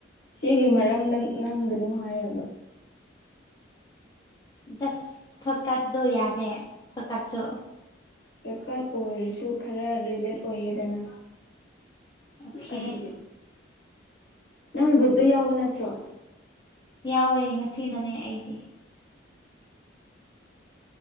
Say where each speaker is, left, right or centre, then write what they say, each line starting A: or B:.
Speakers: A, on the left (about 55°); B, on the left (about 20°).
A: ꯁꯤꯒꯤ ꯃꯔꯝꯗꯪ ꯉꯪꯒꯅꯨ ꯍꯥꯏꯌꯦꯕ
B: ꯖꯁ ꯁꯣꯔꯠꯀꯥꯠꯗꯣ ꯌꯥꯅꯦ ꯁꯣꯔꯠꯀꯥꯠꯁꯨ
A: ꯁꯔꯀꯥꯔ ꯑꯣꯏꯔꯁꯨ ꯈꯔ ꯔꯤꯂꯦꯠ ꯑꯣꯏꯌꯦꯗꯅ
B: ꯑꯣꯈꯦ
A: ꯑꯗꯨꯒꯤ ꯅꯪ ꯒ꯭ꯔꯨꯞꯇ ꯌꯥꯎꯕ ꯅꯠꯇ꯭ꯔꯣ
B: ꯌꯥꯎꯋꯦ ꯉꯁꯤꯅꯅꯦ ꯑꯩꯗꯤ